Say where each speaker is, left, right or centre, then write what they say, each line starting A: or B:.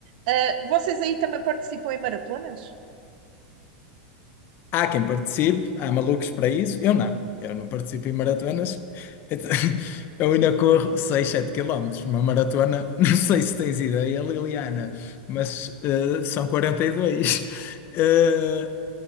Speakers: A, on the right (about 65°); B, on the left (about 45°).
A: Ah, vocês aí também participam em maratonas?
B: Há quem participe, há malucos para isso. Eu não, eu não participo em maratonas. Então, <laughs> Eu ainda corro 6, 7 quilómetros. Uma maratona, <laughs> não sei se tens ideia, Liliana, mas eh, são 42. Eh,